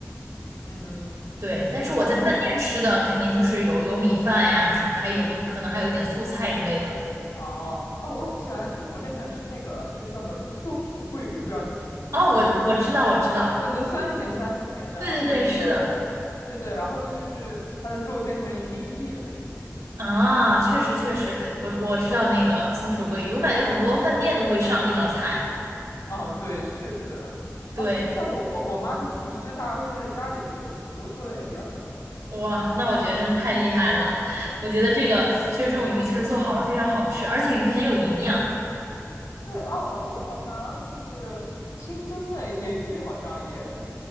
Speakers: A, on the left (about 80°); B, on the right (about 80°).
A: 嗯嗯，
B: 对。但是我在饭店吃的肯定就是有有米饭呀什么，
A: 然后
B: 还有一可能还有一点素菜之类的。
A: 哦哦，我喜欢在国内喜欢吃那个，就是叫什么松鼠桂鱼，不知道你们听过？
B: 哦，
A: 就是，
B: 我我知道我知道，
A: 对对，酸甜酸甜的，
B: 对对对，
A: 然后那个，
B: 是的。
A: 对对，然后就是它的肉会变成一粒一粒的那种。
B: 啊，确实确实，我我知道那个松鼠桂鱼，我感觉很多饭店都会上这道菜。
A: 嗯，对，是的。
B: 对，
A: 哦，像我我妈是厨师，她还会在家里做这个，不过做的也比较少。
B: 哇，
A: <laughs>
B: 那我觉得真是太厉害了。<laughs> 我觉得这个其实这种鱼其实做好了非常好吃，
A: 嗯嗯，
B: 而且鱼很有营养。
A: 对哦，我想就是清蒸的一些鱼，好像也，